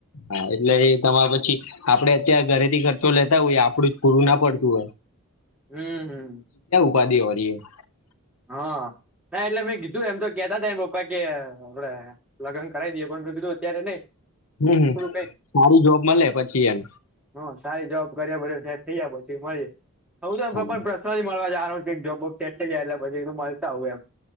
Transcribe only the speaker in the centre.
હમ હમ
હા ના એટલે મેં કીધું એમ તો કેતા હતા એને પપ્પા કે આપડે લગ્ન કરાવી દઈએ પણ મે કિધુ અત્યારે નઈ
થોડું ક
હ સારી જોબ કર્યા પ થઇ જ પછી મળી હ તો એમ
પણ પ્રશ્ન જ મળવા જવાનો જોબેટ થઈ જાય એટલે પછી તો મળતા આવું એમ